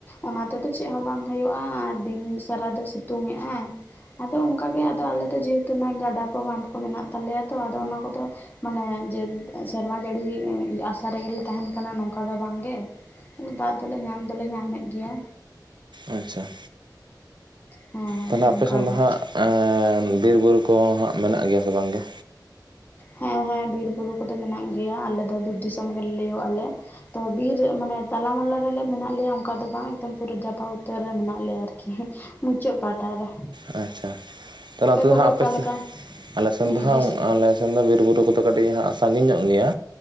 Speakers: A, on the left; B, on the right.
A: ᱚᱱᱟ ᱛᱮᱫᱚ ᱪᱮᱫ ᱦᱚᱸ ᱵᱟᱝ ᱦᱩᱭᱩᱜᱼᱟ ᱟᱨ ᱫᱤᱱ ᱥᱟᱨᱟ ᱫᱚ ᱥᱤᱛᱩᱝ ᱮᱜᱼᱟᱭ᱾ ᱟᱫᱚ ᱚᱱᱠᱟ ᱜᱮ ᱟᱫᱚ ᱟᱞᱮ ᱫᱚ ᱡᱮᱦᱮᱛᱩ ᱱᱚᱼᱚᱭ ᱜᱟᱰᱟ ᱠᱚ ᱵᱟᱸᱫᱷ ᱠᱚ ᱢᱮᱱᱟᱜ ᱛᱟᱞᱮᱭᱟ ᱛᱚ ᱟᱫᱚ ᱚᱱᱟ ᱠᱚᱫᱚ ᱢᱟᱱᱮ ᱡᱮ ᱥᱮᱨᱢᱟ ᱡᱟᱹᱲᱤ ᱟᱥᱟ ᱨᱮᱜᱮᱞᱮ ᱛᱟᱦᱮᱸᱱ ᱠᱟᱱᱟ ᱱᱚᱝᱠᱟ ᱫᱚ ᱵᱟᱝᱜᱮ ᱫᱟᱜ ᱫᱚᱞᱮ ᱧᱟᱢ ᱫᱚᱞᱮ ᱧᱟᱢᱮᱫ ᱜᱮᱭᱟ᱾
B: ᱟᱪᱪᱷᱟ᱾
A: ᱦᱮᱸ
B: ᱛᱟᱦᱚᱞᱮ
A: ᱚᱱᱠᱟᱜᱮ
B: ᱟᱯᱮ ᱥᱮᱱ ᱫᱚ ᱦᱟᱸᱜ ᱵᱤᱨᱵᱩᱨᱩ ᱠᱚ ᱦᱟᱸᱜ ᱢᱮᱱᱟᱜ ᱜᱮᱭᱟ ᱥᱮ ᱵᱟᱝᱜᱮ?
A: ᱦᱮᱸ ᱦᱮᱸ ᱵᱤᱨᱵᱩᱨᱩ ᱠᱚᱫᱚ ᱢᱮᱱᱟᱜ ᱜᱮᱭᱟ ᱟᱞᱮ ᱫᱚ ᱵᱤᱨ ᱫᱤᱥᱚᱢ ᱜᱮᱞᱮ ᱞᱟᱹᱭᱚᱜ ᱟᱞᱮ᱾ ᱛᱚ ᱵᱤᱨ ᱢᱟᱱᱮ ᱛᱟᱞᱟᱢᱟᱞᱟ ᱨᱮᱞᱮ ᱢᱮᱱᱟᱜ ᱞᱮᱭᱟ ᱚᱱᱠᱟ ᱫᱚ ᱵᱟᱝ ᱮᱠᱫᱚᱢ ᱯᱩᱨᱟᱹ ᱡᱟᱯᱟ ᱩᱛᱟᱹᱨ ᱨᱮ ᱢᱮᱱᱟᱜ ᱞᱮᱭᱟ ᱟᱨᱠᱤ᱾ ᱢᱩᱪᱟᱹᱫ ᱯᱟᱦᱴᱟ ᱨᱮ
B: ᱟᱪᱪᱷᱟ ᱛᱟᱦᱚᱞᱮ ᱚᱱᱛᱮ
A: ᱠᱚᱜᱮ
B: ᱫᱚ ᱦᱟᱸᱜ ᱟᱯᱮ
A: ᱚᱠᱟᱞᱮᱠᱟ
B: ᱥᱮᱱ ᱟᱞᱮ ᱥᱮᱱ
A: ᱵᱤᱨ
B: ᱫᱚ ᱦᱟᱸᱜ
A: ᱫᱤᱥ
B: ᱟᱞᱮ ᱵᱤᱨ ᱵᱩᱨᱩ ᱠᱚᱫᱚ ᱠᱟᱹᱴᱤᱡ ᱦᱟᱸᱜ ᱥᱟᱺᱜᱤᱧ ᱧᱚᱜ ᱜᱮᱭᱟ